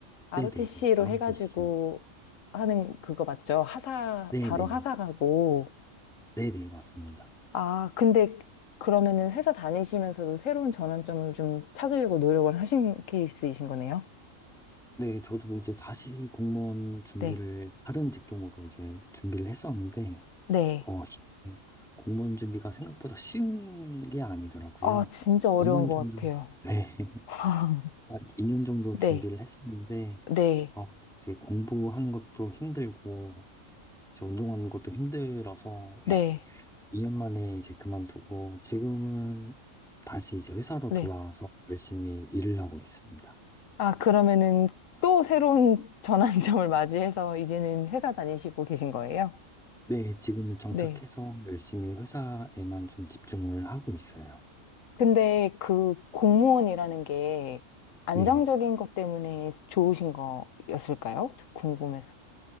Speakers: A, on the left; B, in the centre.
A: ROTC로
B: 네네네. r
A: 해가지고
B: o t 씨
A: 하는 그거 맞죠? 하사,
B: 네네.
A: 바로 하사 가고.
B: 네네, 맞습니다.
A: 아, 근데 그러면은 회사 다니시면서도 새로운 전환점을 좀 찾으려고 노력을 하신 케이스이신 거네요?
B: 네, 저도 이제 다시 공무원 준비를
A: 네.
B: 다른 직종으로 이제 준비를 했었는데,
A: 네.
B: 어, 이 공무원 준비가 생각보다 쉬운 게 아니더라고요.
A: 아, 진짜
B: 그래서
A: 어려운
B: 2년
A: 것
B: 정도,
A: 같아요.
B: 음. 네,
A: <laughs>
B: <laughs> 2년 정도
A: 네.
B: 준비를 했었는데,
A: 네.
B: 어, 이제 공부하는 것도 힘들고, 이제 운동하는 것도 힘들어서, <laughs>
A: 네.
B: 2년 만에 이제 그만두고, 지금은 다시 이제 회사로
A: 네.
B: 돌아와서 열심히 일을 하고 있습니다.
A: 아, 그러면은 또 새로운 전환점을 <laughs> 맞이해서 이제는 회사 다니시고 계신 거예요?
B: 네, 지금은 정착해서
A: 네.
B: 열심히 회사에만 좀 집중을 하고 있어요.
A: 근데 그 공무원이라는 게 안정적인
B: 예.
A: 것 때문에 좋으신 거였을까요? 저 궁금해서.